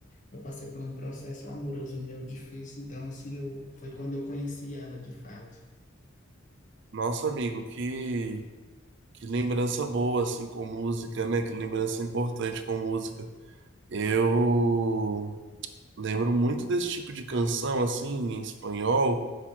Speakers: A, on the left; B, on the right.
A: eu passei por um processo amoroso meu difícil. Então, assim, eu, foi quando eu conheci ela de fato.
B: Nossa, amigo, que. Que lembrança boa, assim, com música, né? Que lembrança importante com música. Eu lembro muito desse tipo de canção, assim, em espanhol,